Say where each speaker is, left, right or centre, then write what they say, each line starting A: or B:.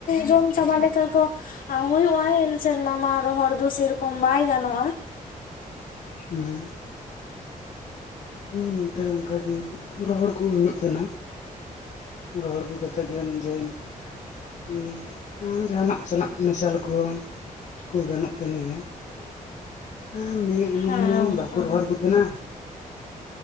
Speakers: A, on the left; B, on the left.
A: ᱡᱚᱢ ᱪᱟᱵᱟ ᱞᱮᱠᱟ ᱠᱚ ᱦᱳᱭᱳᱜᱟᱭ ᱮᱱ ᱥᱮᱨᱢᱟ ᱢᱟ ᱨᱚᱦᱚᱲ ᱫᱚ ᱥᱮᱨᱚᱠᱚᱢ ᱵᱟᱭ ᱜᱟᱱᱚᱜ-ᱟ᱾
B: ᱦᱩᱸ ᱦᱮᱸ ᱱᱚᱛᱮ ᱚᱝᱠᱟᱜᱮ ᱨᱚᱦᱚᱲ ᱠᱚ ᱦᱩᱭᱩᱜ ᱛᱟᱦᱮᱱᱟ᱾ ᱨᱚᱦᱚᱲ ᱠᱚ <unintelligible> ᱠᱟᱛᱮᱫ <unintelligible> ᱦᱩᱸ ᱦᱩᱸ ᱡᱟᱦᱟᱱᱟᱜ ᱥᱟᱞᱟᱜ ᱢᱟᱥᱮ ᱞᱮᱠᱚ ᱠᱚ ᱜᱟᱱᱚᱜ ᱛᱟᱦᱮᱱ ᱜᱮᱭᱟ ᱟᱨ <unintelligible>
A: ᱦᱮᱸ ᱚᱱᱠᱟ
B: ᱵᱟᱠᱩ ᱨᱚᱦᱚᱲ ᱠᱚ ᱛᱟᱦᱮᱸᱱᱟ᱾